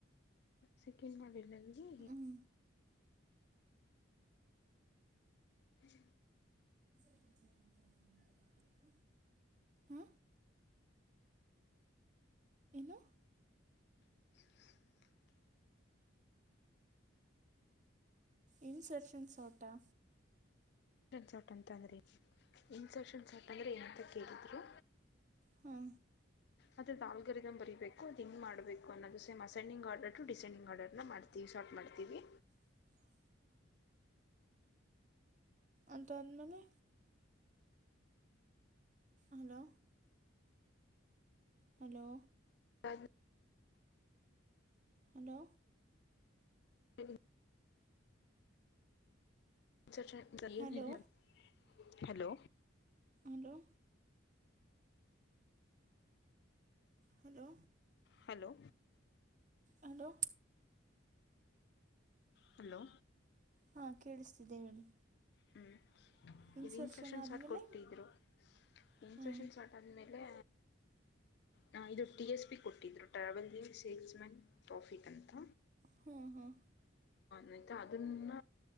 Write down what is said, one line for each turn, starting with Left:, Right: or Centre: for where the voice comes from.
Left: ಸಿಕ್ಕಿಂಡ್ ಮಾಡ್ಬೇಕಿಲ್ಲ ನನ್ಗೆ
Right: ಹ್ಞೂ
Left: <inaudible>
Right: <inaudible> ಹ ಏನು
Left: <inaudible>
Right: ಇನ್ಸೆರ್ಷನ್ ಸೋಟಾ
Left: ಇನ್ಸೆನ್ ಸಾರ್ಟ್ ಅಂತ ಅಂದ್ರೆ ಇನ್ಸಕ್ಷನ್ ಸಾರ್ಟ ಅಂದ್ರೆ ಏನಂತ ಕೇಳಿದ್ರು
Right: ಹ್ಮ
Left: ಅದ ದಾಲ್ರಿದ ಬರಿೀಬೇಕು ಅದು ಹಿಂಗ್ಬೇಕು ಅನ್ನೋದು ಸೇಮ್ಸೆಂಡಿಂಗ್ ಆರ್ಡರ್ ಟ ಡಿಸೆಂಡಿಂಗ್ ಆರ್ಡರ್ ನ ಮಾಡ್ತೀವಿ ಶಾರ್ಟ್ ಮಾಡ್ತೀವಿ
Right: ಹ <inaudible> ಅಂತ ಅ್ಮೇಲೆ ಹಲೋ ಹಲೋ
Left: ಹಾ
Right: ಹಲೋ
Left: ಹೇಳಿ <unintelligible>
Right: hello
Left: hello
Right: hello hello
Left: hello
Right: hello
Left: hello
Right: ಹಾಂ ಕೇಳಿಸ್ತಿದೆ ಹೇಳಿ
Left: ಹ್ಮ್
Right: ಇನ್ಸರ್ಷನ್
Left: ಇ ಇನ್ಸೆಕ್ಷನ್
Right: ಆದಮೇಲೆ
Left: ಶಾರ್ಟ್ ಕೊಟ್ಟಿದ್ರು ಇನ್ಸೆಕ್ಷನ್
Right: ಹ್ಞೂ
Left: ಸಾರ್ಟ್ ಆದ್ಮೇಲೆ ಹ ಇದು ಟಿ ಎಸ್ ಪಿ ಕೊಟ್ಟಿದ್ರು ಟ್ರಾವೆಲ್ಲಿಂಗ್ ಸೇಲ್ಸ್ ಮ್ಯಾನ್ ಟಾಫಿಕ್ ಅಂತ
Right: ಹ್ಮ ಹ್ಮ್
Left: ಯ್ತ ಅದನ್ನ